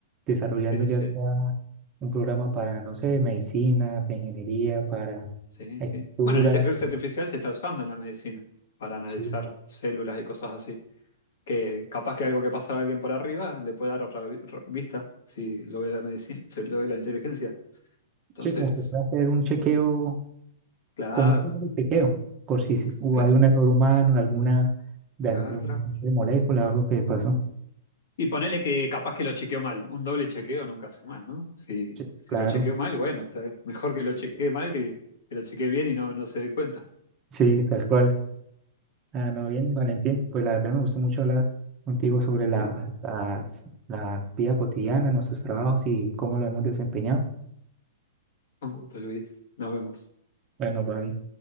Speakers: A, on the right; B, on the left.
A: desarrollando
B: Sí,
A: ya
B: sí,
A: sea un programa para, no sé, medicina, para ingeniería, para
B: sí,
A: lectura.
B: sí. Bueno, la inteligencia artificial se está usando en la medicina para analizar
A: Sí,
B: células y cosas así. que capaz que algo que pasa a alguien por arriba le puede dar otra vi- r- vista si lo ve la medicina, si lo ve la inteligencia. Entonces,
A: sí, como que puede hacer un chequeo
B: claro,
A: como un pequeño chequeo, por si s- hubo-
B: claro,
A: hay un error humano, alguna, de
B: claro,
A: alguna
B: claro.
A: no sé, molécula o algo que pasó.
B: Y ponele que capaz que lo chequeó mal. Un doble chequeo nunca hace mal, ¿no? Si,
A: Sí,
B: si
A: claro,
B: lo chequeó mal, bueno, está bien. Mejor que lo chequee mal que, que lo chequee bien y no, no se dé cuenta.
A: sí, tal cual. Ah, no, bien, Valentín, pues la verdad me gustó mucho hablar contigo sobre la,
B: Sí,
A: las- la vida cotidiana, nuestros trabajos y cómo lo hemos desempeñado.
B: con gusto, Luis. Nos vemos.
A: Bueno, bye.